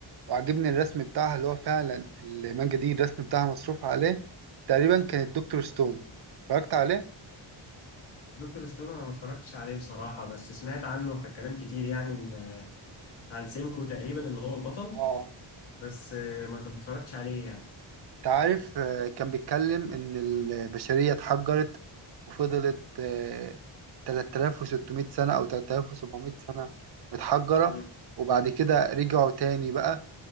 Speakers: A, on the right (about 55°); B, on the left (about 70°).
A: وعجبني الرسم بتاعها اللي هو فعلا المانجا دي الرسم بتاعها مصروف عليه تقريبا كانت دكتور ستون اتفرجت عليه؟
B: دكتور ستون انا ما اتفرجتش عليه بصراحه بس سمعت عنه ح- كلام كتير يعني إن- عن سينكو تقريبا اللي هو البطل
A: اه
B: بس آه، ما ما اتفرجتش عليه يعني
A: انت عارف آه، كان بيتكلم إن البشرية اتحجرت وفضلت آه، 3600 سنة أو 3700 سنة متحجرة
B: مم.
A: وبعد كده رجعوا تاني بقى